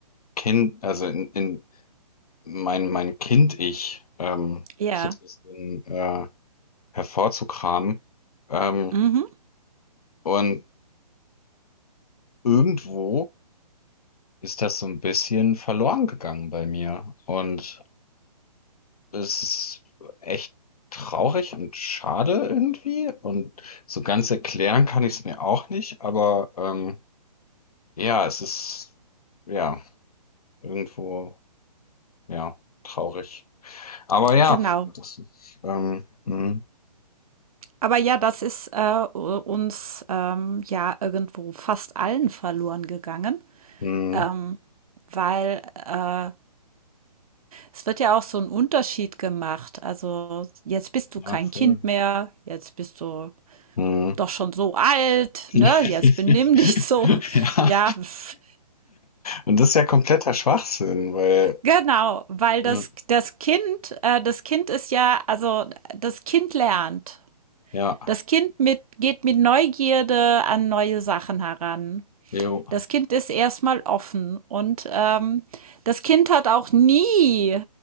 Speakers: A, on the left; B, on the right.
A: Kind, also in, in mein, mein Kind-Ich ähm,
B: ja,
A: so ein bisschen äh, hervorzukramen. Ähm,
B: mhm,
A: und irgendwo ist das so ein bisschen verloren gegangen bei mir. Und es ist echt traurig und schade irgendwie. Und so ganz erklären kann ich es mir auch nicht. Aber ähm, ja, es ist ja irgendwo ja traurig. Aber ja,
B: genau.
A: das ist ähm, mh,
B: Aber ja, das ist äh, uns ähm, ja irgendwo fast allen verloren gegangen,
A: mh,
B: ähm, weil äh, es wird ja auch so ein Unterschied gemacht. Also jetzt bist du
A: ja
B: kein
A: voll.
B: Kind mehr, jetzt bist du
A: Mh.
B: doch schon so alt,
A: <laughs>
B: ne? Jetzt benimm dich so.
A: Ja.
B: Ja, pf,
A: Und das ist ja kompletter Schwachsinn, weil
B: Genau, weil
A: ja,
B: das, das Kind, äh, das Kind ist ja, also das Kind lernt.
A: Ja,
B: Das Kind mit, geht mit Neugierde an neue Sachen heran.
A: jo.
B: Das Kind ist erstmal offen und ähm, das Kind hat auch nie